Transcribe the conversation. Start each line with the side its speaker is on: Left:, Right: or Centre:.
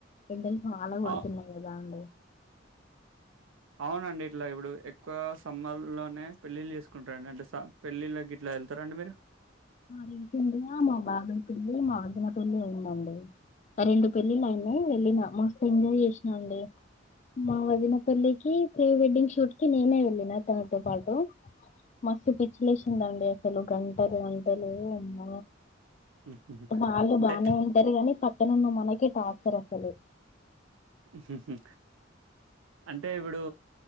Left: ఎండల్ వాళ్ళ కొతున్నా
Right: ఆ
Left: ఏదాండ
Right: అవునండి ఇట్లా ఇప్పుడు ఎక్కువ సమ్మర్ ల్లోనే పెళ్ళిళ్ళ చేసుకుంటారండి. అంటే పెళ్ళిళ్ళకి ఇట్లా వెళ్తారండి మీరు.
Left: రీసెంట్ గా మా బాబాయ్ పెళ్లి, మా వదినపెళ్లి అయిందండి. ఆ రెండు పెళ్లి ఆయ వెళ్ళిన మ ఎంజాయ్ చేసినా అండి మా వదినపెళ్లికి ప్రీ వెడ్డింగ్ షూట్ కి నేనే వెళ్ళిన తనతో పాటు మస్తు పిచ్చిలే లేసిందండి. అసలు గంటలు లే అమ్మ
Right: హుహుహు.
Left: వాళ్ళు
Right: అంటే
Left: బానే ఉంటారు. కానీ పక్కనన్న మనకి టా సరసరి
Right: హు హు అంటే ఇప్పుడు